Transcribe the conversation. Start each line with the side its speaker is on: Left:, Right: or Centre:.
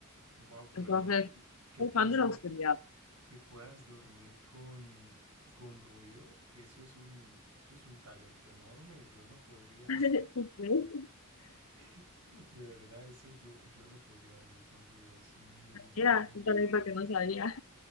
Right: Wow, pero
Left: Entonces,
Right: lo, l- que
Left: soy
Right: puedas
Left: fan de
Right: dor-
Left: la oscuridad.
Right: que puedas dormir con con ruido, eso es un eso es un talento enorme. Yo no podría,
Left: <laughs>
Right: <laughs> de verdad, eso yo yo no podría dormir con ruido. Es muy
Left: Mira,
Right: muy complicado.
Left: porque no sabía